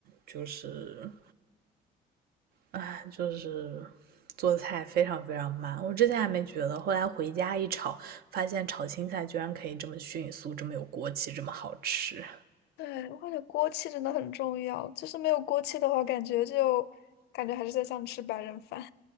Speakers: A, on the right; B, on the left.
A: 就是哎，就是做菜非常非常慢。我之前还没觉得，后来回家一炒，发现炒青菜居然可以这么迅速，这么有锅气，这么好吃。
B: 对，我感觉锅气真的很重要，就是没有锅气的话，感觉就感觉还是在像吃白人饭。